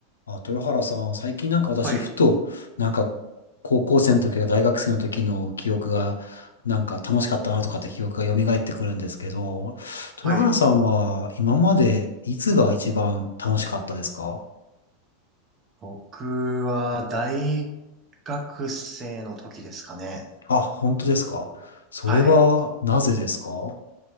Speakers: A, on the left; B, on the right.
A: あ、豊原さん、最近なんか私、
B: はい、
A: ふと、なんか、高校生の時か大学生の時の記憶が、なんか楽しかったなとかって記憶が蘇ってくるんですけど、豊原さんは今までいつが一番楽しかったですか
B: はい。僕は大学生の時ですかね。
A: あ、本当ですかそれはなぜですか
B: はい。